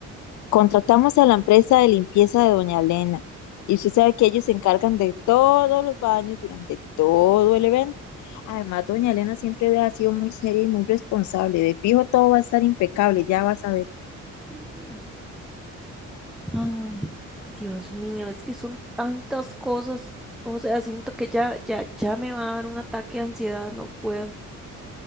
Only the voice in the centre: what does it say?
Mm. Ay, Dios mío, es que son tantas cosas. O sea, siento que ya, ya, ya me va a dar un ataque de ansiedad, no puedo.